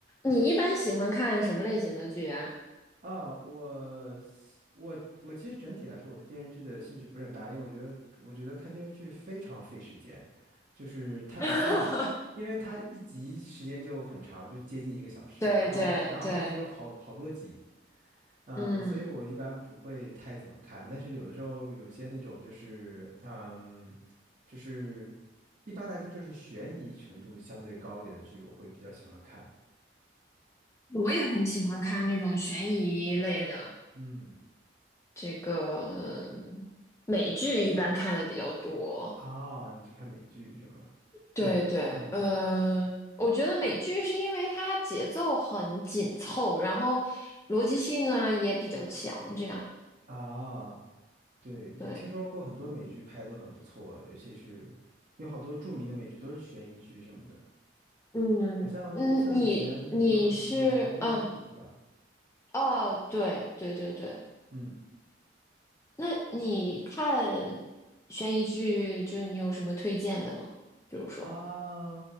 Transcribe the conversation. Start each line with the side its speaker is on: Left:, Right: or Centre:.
Left: 你一般喜欢看什么类型的剧啊？
Right: 啊，我是我我其实整体来说，我对电视剧的兴趣不是很大，因为我觉得我觉得看电视剧非常费时间，就是它比电影，
Left: <laughs>
Right: 因为它一集时间就很长，就接近一个小时，
Left: 对对对，
Right: 然后然后还得有好好多集，嗯，
Left: 嗯，
Right: 所以我一般不会太怎么看，但是有的时候有些那种就是嗯，就是一般来说就是悬疑程度相对高一点的剧，我会比较喜欢看，
Left: 我也很喜欢看那种悬疑类的。
Right: 嗯。
Left: 这个嗯美剧一般看的比较多。
Right: 啊，你是看美剧是吗？
Left: 对对，
Right: 美剧嗯，
Left: 呃，我觉得美剧是因为它节奏很紧凑，然后逻辑性啊也比较强，这样。
Right: 啊，对，
Left: 对，
Right: 我听说过很多美剧拍的都很不错，尤其是有好多著名的美剧都是悬疑剧什么的，
Left: 嗯嗯，
Right: 好像像以前有很有名的《越狱》是吧？
Left: 你你是嗯哦，对对对对，
Right: 嗯
Left: 那你看悬疑剧，就是你有什么推荐的吗？比如说，
Right: 啊，